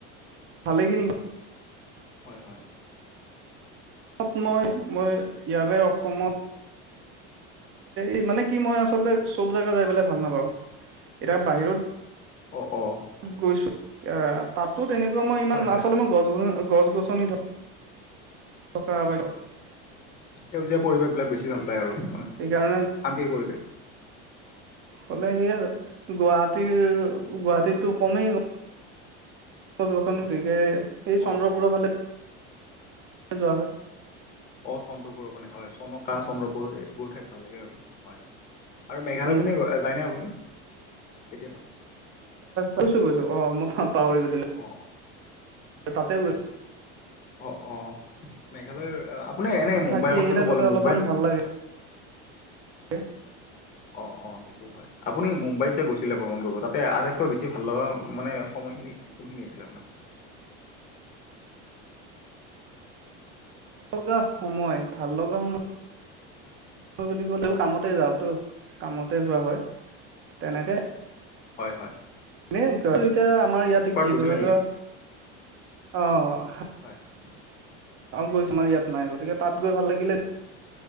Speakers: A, on the right; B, on the left.
A: ভালেইখিনি।
B: হয়-হয়
A: তাত মই-মই ইয়াৰে অসমত। এই মানে কি মই আচলতে চব জেগা যাই পেলাই ভাল নাপাওঁ এতিয়া বাহিৰত
B: অ অ
A: গৈছো এ তাতো তেনেকুৱা মই ইমান
B: হয়
A: মাছ
B: হয়
A: হলে মই গছ গছ গছ-গছনি <inaudible> থকা <inaudible>
B: সেউজীয়া পৰিৱেশবিলাক বেছি ভাল পায়। আৰু মানে শান্তিৰ
A: সেইকাৰণে
B: পৰিৱেশ, -
A: হলে সেই আৰু গুৱাহাটীৰ-গুৱাহাটীটো কমেই গছ-গছনি গতিকে এই চন্দ্ৰপুৰৰ
B: অ অ
A: ফালে যোৱা হয়
B: অ চন্দ্ৰপুৰৰ মানে হয় চনকা চন্দ্ৰপুৰ এইবোৰ ঠাইত ভাল লাগে আৰু হয়। আৰু মেঘালয়
A: উম,
B: পিনে যায়নে আপুনি কেতিয়াবা।
A: গৈছো-গৈছো অ মই পাহৰি গৈছিলো
B: অ
A: তাতে গৈছোঁ।
B: অ-অ মেঘালয়ৰ আপুনি এনে মুম্বাইৰ
A: থাকি
B: কথাটো
A: আহিলে তাতে
B: ক'লে
A: অলপমান
B: মুম্বাইৰ
A: ভাল লাগে <unintelligible>
B: অ-অ সেইটো হয় আপুনি মুম্বাইত যে গৈছিলে ভ্ৰমণ কৰিব তাতে আটাইতকৈ বেছি ভাল লগা মানে সময় - মই খিনি কোনখিনি আছিলে আপোনাৰ
A: ভাল লগা সময় ভাল লগা সময়। বুলি ক'লে কামতে যাওঁ কামতে যোৱা হয় তেনেকে
B: হয়-হয়
A: এই এতিয়া আমাৰ ইয়াতে কি
B: গৈছিলে
A: ধৰি
B: নেকি
A: লোৱা আহ
B: হয় হয়
A: গৈছো মানে আহ ইয়াত নাই গতিকে তাত গৈ ভাল লাগিলে